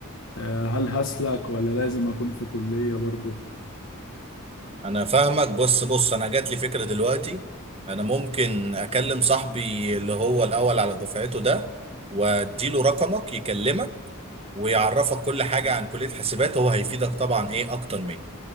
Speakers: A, on the left; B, on the right.
A: آه، هل هسلك ولا لازم اكون في كليه برضه
B: انا فاهمك بص بص انا جات لي فكره دلوقتي انا ممكن اكلم صاحبي اللي هو الاول على دفعته ده واديله رقمك يكلمك ويعرفك كل حاجه عن كليه حاسبات هو هيفيدك طبعا ايه اكتر مني